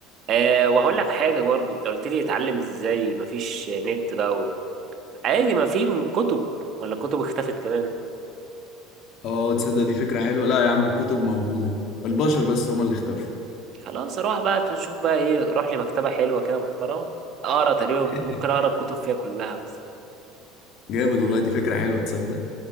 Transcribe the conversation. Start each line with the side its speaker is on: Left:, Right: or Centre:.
Right: أه وهقول لك حاجه برضو انت قلت لي اتعلم ازاي مفيش نت بقى عادي ما في كتب ولا كتب اختفت كمان
Left: اه تصدق دي فكره حلوه لا يا عم الكتب موجوده البشر بس هما اللي اختفوا
Right: خلاص اروح بقى تشوف بقى ايه روح لي مكتبة حلوة كده محترمة اقرا تقريبا
Left: <laughs>
Right: ممكن اقرا الكتب فيها كلها بس
Left: جامد والله دي فكرة حلوة تصدق